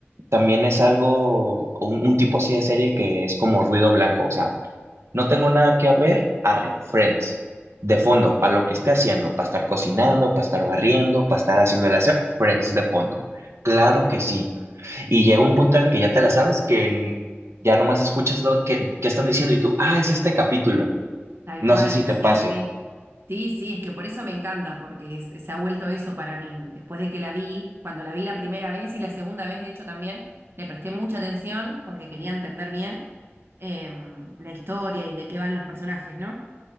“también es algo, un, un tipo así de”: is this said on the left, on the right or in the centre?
Right